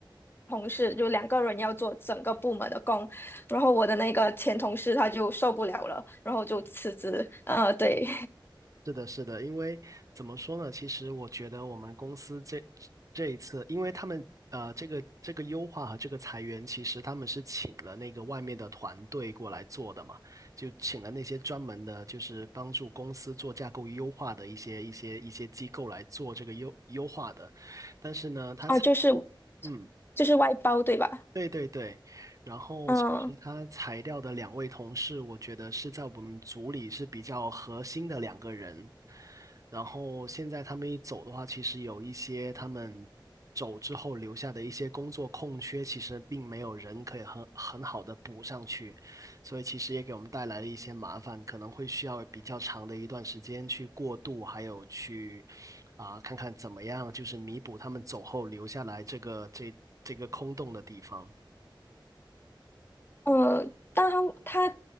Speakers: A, on the left; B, on the right.
A: 同事，就两个人要做整个部门的工。然后我的那个前同事他就受不了了，然后就辞职。呃，对，
B: 是的，是的，因为怎么说呢？其实我觉得我们公司这这一次，因为他们呃，这个这个优化和这个裁员，其实他们是请了那个外面的团队过来做的嘛，就请了那些专门的，就是帮助公司做架构优化的一些一些一些机构来做这个优优化的。但是呢，
A: <laughs>
B: 他裁，
A: 啊，就是
B: 嗯。
A: 就是外包，对吧？
B: 对对对，然后其实他裁掉的两位同事，
A: 嗯。
B: 我觉得是在我们组里是比较核心的两个人。然后现在他们一走的话，其实有一些他们走之后留下的一些工作空缺，其实并没有人可以很很好的补上去，所以其实也给我们带来了一些麻烦，可能会需要比较长的一段时间去过渡，还有去啊、看看怎么样，就是弥补他们走后留下来这个这这个空洞的地方。
A: 呃，但他他